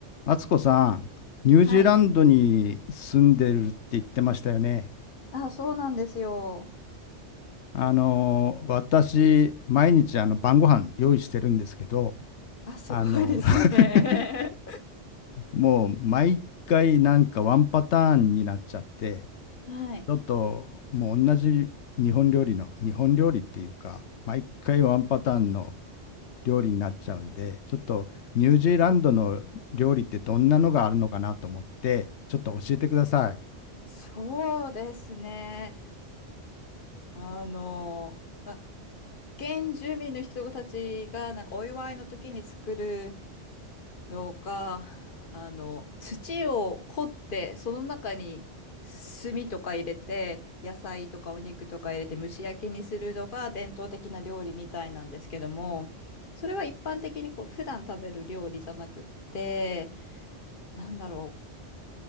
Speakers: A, on the left; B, on the left.
A: 敦子さん、ニュージーランドに住んでるって言ってましたよね。
B: はい。あ、そうなんですよ。
A: あの、私、毎日あの晩ご飯用意してるんですけど、
B: あ、すごいですね。
A: あの、<laughs>
B: <laughs>
A: もう毎回なんかワンパターンになっちゃって、
B: はい。
A: ちょっともう同じ日本料理の、日本料理っていうか、毎回ワンパターンの料理になっちゃうんで、ちょっとニュージーランドの料理ってどんなのがあるのかなと思って、ちょっと教えてください。
B: そうですね。あの、まあ、原住民の人たちがなんかお祝いの時に作るのが、あの、土を掘って、その中に炭とか入れて、野菜とかお肉とか入れて蒸し焼きにするのが伝統的な料理みたいなんですけども、それは一般的にこう普段食べる料理じゃなくって、なんだろう。